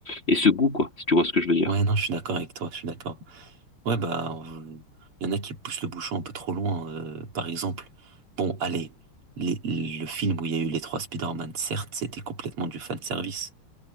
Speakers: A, on the left; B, on the right.
A: et ce goût, quoi, si tu vois ce que je veux dire.
B: Ouais, non, je suis d'accord avec toi, je suis d'accord. Ouais, bah, on- il y en a qui poussent le bouchon un peu trop loin. euh, par exemple, bon, allez, les- le film où il y a eu les trois Spider-Man, certes, c'était complètement du fanservice,